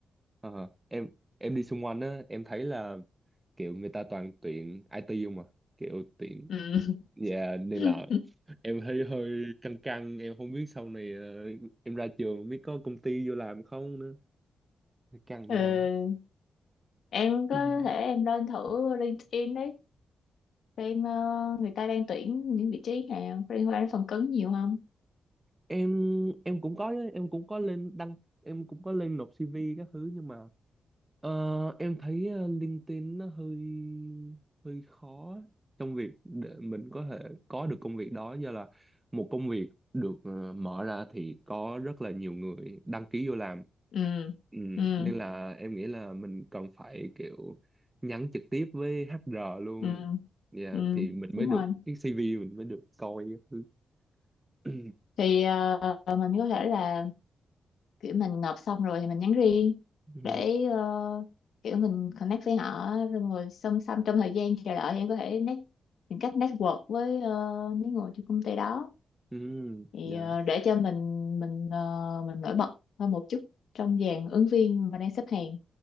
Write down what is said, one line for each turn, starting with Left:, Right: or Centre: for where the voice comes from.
Right: ờ, em em đi xung quanh á em thấy là kiểu người ta toàn tuyển IT không à kiểu tuyển
Left: Ừ.
Right: yeah, nên
Left: <laughs>
Right: là em thấy hơi căng căng em không biết sau này ờ, em ra trường không biết có công ty vô làm không nữa căng
Left: ừ.
Right: vậy thôi
Left: Em có
Right: <clears throat>
Left: thể em lên thử LinkedIn đấy, xem ờ, người ta đang tuyển những vị trí nào liên quan đến phần cứng nhiều không?
Right: em em cũng có em cũng có lên đăng em cũng có lên nộp CV các thứ nhưng mà ờ, em thấy ờ, LinkedIn nó hơi hơi khó trong việc để mình có thể có được công việc đó do là một công việc được ờ, mở ra thì có rất là nhiều người đăng ký vô làm
Left: ừ
Right: ừ,
Left: ừ
Right: nên là em nghĩ là mình cần phải kiểu nhắn trực tiếp với HR luôn
Left: ừ
Right: Dạ,
Left: ừ
Right: thì mình mới
Left: đúng
Right: được
Left: rồi
Right: cái CV mình mới được coi các thứ. <clears throat>
Left: thì ờ, mình có thể là kiểu mình nộp xong rồi thì mình nhắn riêng
Right: Ừ.
Left: để ờ, kiểu mình connect với họ rồi ngồi song song trong thời gian chờ đợi thì em có thể net, tìm cách network với ờ, mấy người trong công ty đó
Right: Ừ,
Left: thì
Right: dạ,
Left: ờ, để cho mình mình ờ, mình nổi bật hơn một chút trong dàn ứng viên mà đang xếp hàng